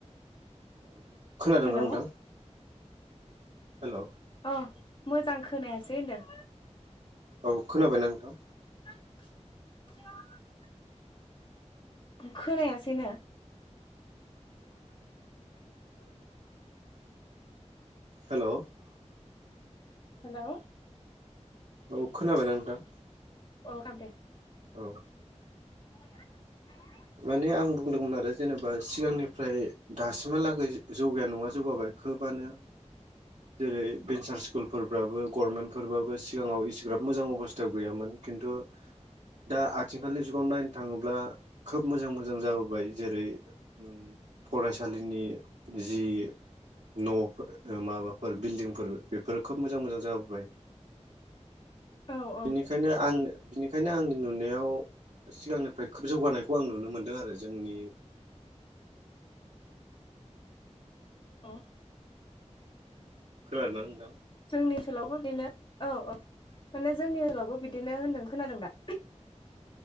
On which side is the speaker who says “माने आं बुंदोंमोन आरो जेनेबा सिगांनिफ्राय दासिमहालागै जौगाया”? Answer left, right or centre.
Right